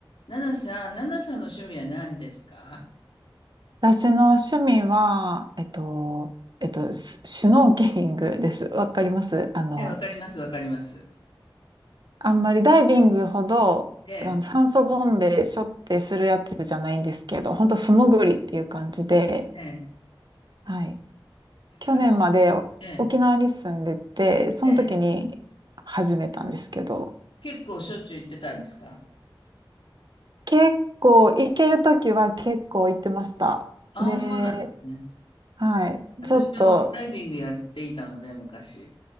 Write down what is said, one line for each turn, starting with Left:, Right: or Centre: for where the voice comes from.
Left: ナナさん、ナナさんの趣味は何ですか
Right: 私の趣味は、えっと、えっと、シシュノーケリングです。わかりますあの、
Left: えわかります、わかります。
Right: あんまりダイビングほど、
Left: ええ、
Right: あの、酸素ボンベ背負ってするやつじゃないんですけど、本当素潜りっていう感じで、
Left: ええ、
Right: はい。去年までお沖縄に住んでて、
Left: あの、ええ、
Right: その時に始めたんですけど、
Left: ええ結構しょっちゅう行ってたんですか
Right: 結構、行ける時は結構行ってました。
Left: ああ、
Right: で、
Left: そうなんですね。
Right: はい。
Left: 私、
Right: ちょっと、
Left: あの、ダイビングやっていたので、昔。